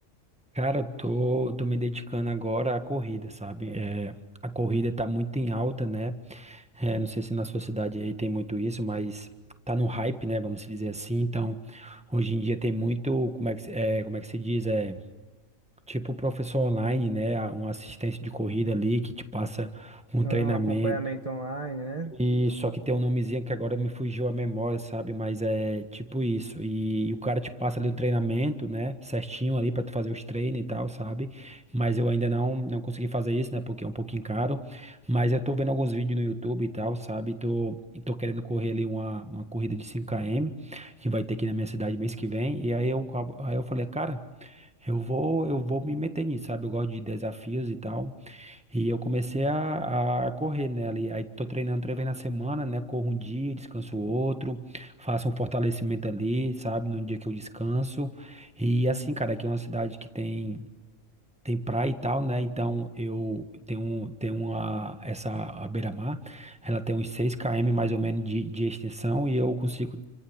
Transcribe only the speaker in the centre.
Cara, eu tô, tô me dedicando agora à corrida, sabe? É, a corrida tá muito em alta, né? É, não sei se na sua cidade aí tem muito isso, mas tá no hype, né? Vamos dizer assim. Então, hoje em dia tem muito, como é que, se- é, como é que se diz? É, tipo professor online, né? Uma assistência de corrida ali que te passa um
treinamento.
E só que tem um nomezinho que agora me fugiu a memória, sabe? Mas é tipo isso. E, e o cara te passa ali um treinamento, né? Certinho ali pra tu fazer os treinos e tal, sabe? Mas eu ainda não não consegui fazer isso, né? Porque é um pouquinho caro. Mas eu tô vendo alguns vídeos no YouTube e tal, sabe? E tô, e tô querendo correr ali uma, uma corrida de cinco km que vai ter aqui na minha cidade mês que vem. E aí eu, acabo- aí eu falei, cara, eu vou, eu vou me meter nisso, sabe? Eu gosto de desafios e tal. E eu comecei a, a correr, né, ali. Aí tô treinando três vezes na semana, né? Corro um dia, descanso outro, faço um fortalecimento ali, sabe? No dia que eu descanso. E assim, cara, aqui é uma cidade que tem tem praia e tal, né? Então eu tenho, tenho uma, essa a beira-mar, ela tem uns seis km mais ou menos de, de extensão e eu consigo